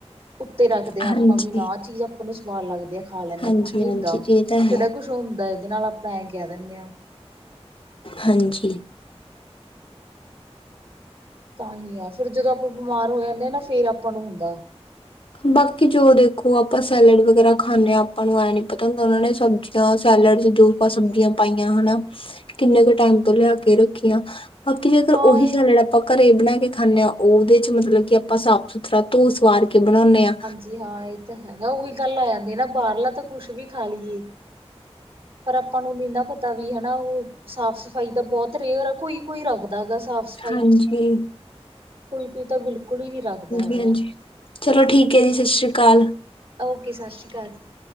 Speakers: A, on the right (about 60°); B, on the left (about 55°).
A: ਉੱਤੇ ਰੱਖਦੇ ਹਾਂ
B: ਹਾਂਜੀ,
A: ਆਪਾਂ ਵੀ ਨਾ ਆਹ ਚੀਜ਼ ਆਪਾਂ ਨੂੰ ਸਵਾਦ ਲੱਗਦੇ ਆ। ਖਾ ਲੈਂਦੇ
B: ਹਾਂਜੀ-ਹਾਂਜੀ
A: ਹਾਂ ਕੁੱਛ ਨੀ ਹੁੰਦਾ,
B: ਇਹ ਤਾਂ ਹੈ,
A: ਕਿਹੜਾ ਕੁੱਛ ਹੁੰਦਾ ਇਹਦੇ ਨਾਲ, ਆਪਾਂ ਐਂ ਕਹਿ ਦਿੰਦੇ ਹਾਂ।
B: ਹਾਂਜੀ।
A: ਤਾਂ ਹੀ ਆ ਫਿਰ ਜਦੋਂ ਆਪਾਂ ਬਿਮਾਰ ਹੋ ਜਾਂਦੇ ਆਂ ਨਾ ਫੇਰ ਆਪਾਂ ਨੂੰ ਹੁੰਦਾ।
B: ਬਾਕੀ ਜੋ ਦੇਖੋ ਆਪਾਂ ਸੈਲਡ ਵਗੈਰਾ ਖਾਂਦੇ ਹਾਂ, ਆਪਾਂ ਨੂੰ ਐ ਨੀ ਪਤਾ ਹੁੰਦਾ ਉਹਨਾਂ ਨੇ ਸਬਜ਼ੀ। ਜਾਂ ਸੈਲਡ 'ਚ ਜੋ ਆਪਾਂ ਸਬਜ਼ੀਆਂ ਪਾਈਆਂ ਹਨਾ, ਕਿੰਨੇ ਕੁ ਟਾਈਮ ਤੋਂ ਲਿਆ ਕੇ ਰੱਖੀਆਂ। ਅੱਗੇ ਅਗਰ ਉਹੀ
A: ਹਾਂ ਇਹ
B: ਸ਼ੈਲਡ ਆਪਾਂ। ਘਰੇ ਬਣਾ ਕੇ ਖਾਂਦੇ ਹਾਂ। ਉਹਦੇ 'ਚ ਮਤਲਬ ਕਿ ਆਪਾਂ ਸਾਫ਼ ਸੁਥਰਾ ਧੋ ਸਵਾਰ ਕੇ ਬਣਾਉਂਦੇ ਹਾਂ।
A: ਜੀ ਹਾਂ। ਇਹ ਤਾਂ ਹੈਗਾ ਉਹੀ ਗੱਲ ਆ ਜਾਂਦੀ ਨਾ ਬਾਹਰਲਾ ਤਾਂ ਕੁਛ ਵੀ ਖਾ ਲਈਏ। ਪਰ ਆਪਾਂ ਨੂੰ ਨਹੀਂ ਨਾ ਪਤਾ ਵੀ ਹਨਾ ਉਹ ਸਾਫ਼ ਸਫ਼ਾਈ ਦਾ ਬਹੁਤ ਰੇਅਰ ਹੈ। ਕੋਈ ਕੋਈ ਰੱਖਦਾ ਗਾ ਸਾਫ਼। ਸਫ਼ਾਈ
B: ਹਾਂਜੀ,
A: ਕੋਈ ਕੋਈ ਤਾਂ ਬਿਲਕੁਲ ਹੀ ਨਹੀਂ ਰੱਖਦਾ। ਹੈਗਾ।
B: ਹਾਂਜੀ ਚਲੋ ਠੀਕ ਹੈ ਜੀ। ਸਤਿ ਸ਼੍ਰੀ ਅਕਾਲ।
A: ਓਕੇ ਸਤਿ ਸ਼੍ਰੀ ਅਕਾਲ ਜੀ।